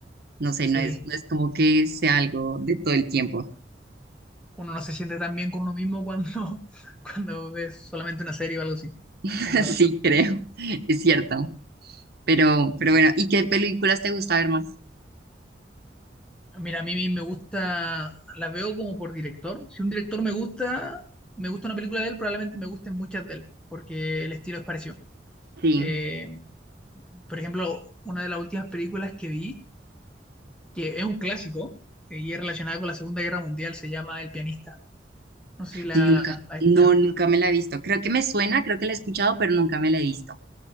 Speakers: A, on the right (about 60°); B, in the centre.
A: No sé,
B: Sí,
A: no es, no es como que sea algo de todo el tiempo.
B: uno no se siente tan bien con uno mismo cuando, <laughs> cuando ves solamente una serie o algo así.
A: <laughs>
B: Es verdad.
A: Sí, creo, es cierto. Pero, pero bueno, ¿y qué películas te gusta ver más?
B: Mira, a mí me gusta, las veo como por director. Si un director me gusta, me gusta una película de él, probablemente me gusten muchas de él, porque el estilo es parecido.
A: Sí,
B: Eh, por ejemplo, una de las últimas películas que vi, que es un clásico eh, y es relacionada con la Segunda Guerra Mundial, se llama El pianista. No sé si la
A: nunca,
B: has
A: no,
B: escuchado.
A: nunca me la he visto. Creo que me suena, creo que la he escuchado, pero nunca me la he visto.